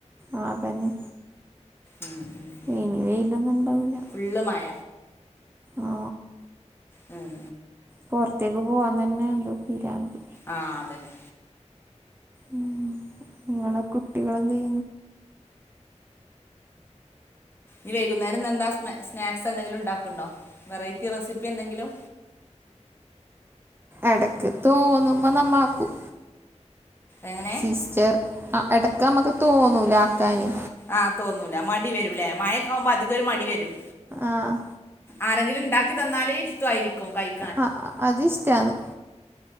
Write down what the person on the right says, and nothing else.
ആഹ് അതെല്ലേ
ഇനി വെയിലൊന്നും ഉണ്ടാവില്ല
ആ
പുറത്തേക്ക് പോകാൻ തന്നെ എന്തോ പിരാന്ത്
ഉം ഇങ്ങളെ കുട്ടികള് എന്ത് ചെയ്യ്
എടക്ക് തോന്നുമം നമ്മാക്കും
സിസ്റ്റർ ആഹ് എടക്ക് നമ്മക്ക് തോന്നൂലെ ആക്കാന്
ആഹ്
ആഹ് അത് ഇഷ്ടാന്ന്